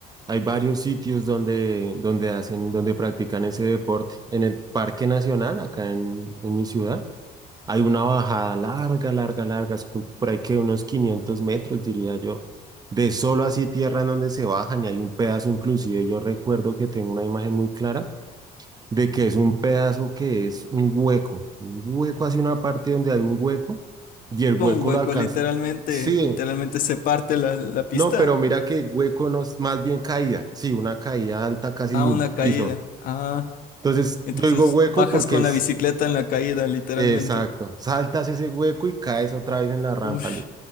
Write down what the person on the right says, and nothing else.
Hay varios sitios donde, donde hacen, donde practican ese deporte. En el Parque Nacional, acá en, en mi ciudad, hay una bajada larga, larga, larga, es por por ahí que unos 500 metros, diría yo, de solo así tierra en donde se bajan y hay un pedazo, inclusive yo recuerdo que tengo una imagen muy clara de que es un pedazo que es un hueco, un hueco hacia una parte donde hay un hueco y el hueco
lo alcanza.
Sí,
no, pero mira que hueco no es más bien caída, sí, una caída alta casi
de
un
piso.
Entonces
yo digo hueco
porque
es
exacto, saltas ese hueco y caes otra vez en la rampa.
li-